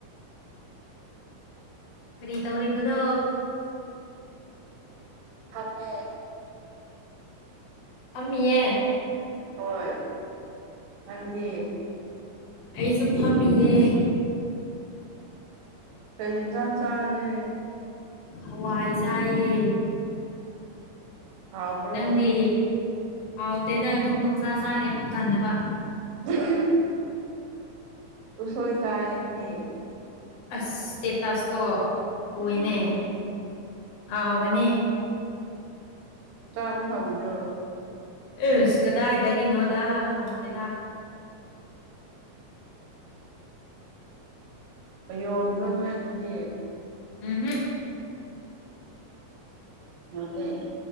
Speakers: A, on the left (about 60°); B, on the right (about 85°).
A: ꯀꯔꯤ ꯇꯧꯔꯤꯕꯅꯣ
B: ꯐꯝꯃ‌ꯦ
A: ꯐꯝꯃꯤꯌꯦ
B: ꯍꯣꯏ ꯅꯪꯗꯤ
A: ꯑꯩꯁꯨ ꯐꯝꯃꯤꯌꯦ
B: ꯀꯩ ꯍꯤꯅꯖꯡ ꯆꯔꯒꯦ
A: ꯍꯋꯥꯏ ꯆꯥꯏꯌꯦ
B: ꯍꯥꯎꯕ꯭ꯔꯣ
A: ꯅꯪꯗꯤ ꯍꯥꯎꯗꯦꯗ ꯑꯗꯨꯝ ꯄꯪꯁꯥ ꯆꯥꯔꯦ ꯄꯨꯛ ꯊꯟꯅꯅꯕ
B: <unintelligible> ꯎꯁꯣꯏ ꯆꯥꯏ ꯑꯩꯒꯤ
A: ꯑꯁ ꯁ꯭ꯇꯦꯇꯥꯁꯇꯣ ꯎꯏꯅꯦ
B: ꯎꯝ
A: ꯍꯥꯎꯒꯅꯤ
B: ꯆꯥꯕ ꯐꯪꯕ꯭ꯔꯣ
A: ꯏꯁꯁ ꯀꯗꯥꯏꯗꯒꯤꯅꯣꯗ ꯐꯪꯗꯦꯗ
B: ꯌꯣꯟꯗ꯭ꯔꯣ ꯅꯣꯏ ꯑꯗꯨꯗꯤ
A: ꯎꯝ ꯍꯝ
B: ꯃꯥꯟꯗꯦ